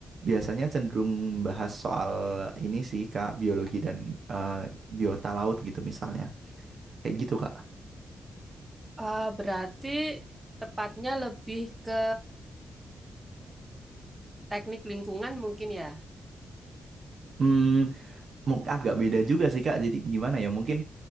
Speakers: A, on the right; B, on the right.
A: biasanya cenderung bahas soal ini sih Kak, biologi dan eh, biota laut gitu misalnya. Kayak gitu Kak.
B: Ah, berarti tepatnya lebih ke teknik lingkungan mungkin ya?
A: Hmm, mung- agak beda juga sih Kak. Jadi gimana ya? Mungkin